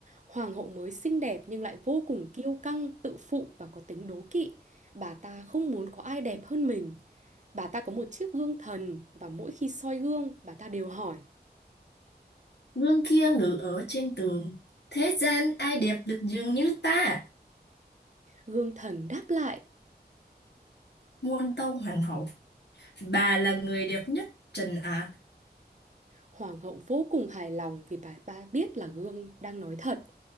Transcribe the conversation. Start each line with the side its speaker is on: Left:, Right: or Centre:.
Right: Hoàng hậu mới xinh đẹp nhưng lại vô cùng kiêu căng, tự phụ và có tính đố kỵ. Bà ta không muốn có ai đẹp hơn mình. Bà ta có một chiếc gương thần và mỗi khi soi gương, bà ta đều hỏi.
Left: gương kia ngự ở trên tường. Thế gian ai đẹp được dường như ta?
Right: Gương thần đáp lại.
Left: Muôn tâu hoàng hậu, bà là người đẹp nhất trần ạ.
Right: Hoàng hậu vô cùng hài lòng vì bà ta biết là gương đang nói thật.